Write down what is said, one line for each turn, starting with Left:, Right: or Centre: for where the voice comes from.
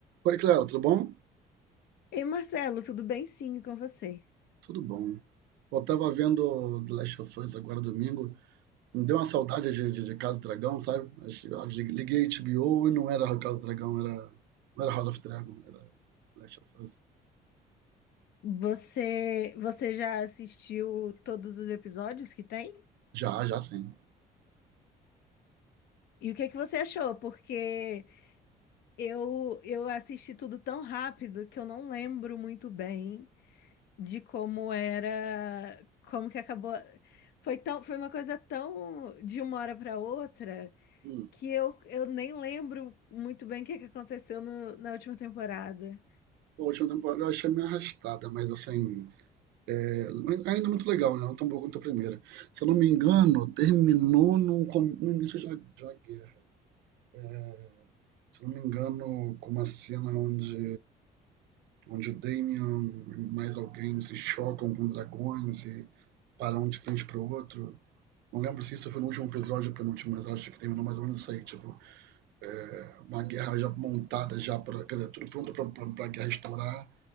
Right: Oi, Clara, tudo bom?
Left: Ei, Marcelo, tudo bem? Sim, com você.
Right: Tudo bom. Eu tava vendo The Last of Us agora domingo, me deu uma saudade de, de, de Casa do Dragão, sabe? Acho- eu Liguei HBO e não era Casa do Dragão, era, não era House of Dragon, era The Last of Us.
Left: Você, você já assistiu todos os episódios que tem?
Right: Já, já sim.
Left: E o que é que você achou? Porque eu eu assisti tudo tão rápido que eu não lembro muito bem de como era, como que acabou. Foi tão, foi uma coisa tão de uma hora para outra
Right: Hum.
Left: que eu, eu nem lembro muito bem o que é que aconteceu no- na última temporada.
Right: Pô, A última temporada eu achei meio arrastada, mas assim, é, ainda muito legal, né? Não tão boa quanto a primeira. Se eu não me engano, terminou no, com- no início da uma guerra. É, Se eu não me engano, com uma cena onde onde o Damian e mais alguém se chocam com dragões e param um de frente para o outro. Não lembro se isso foi no último episódio ou penúltimo, mas acho que terminou mais ou menos isso aí. Tipo, é, uma guerra já montada, já pra, quer dizer, tudo pronto para pra, pra guerra estourar.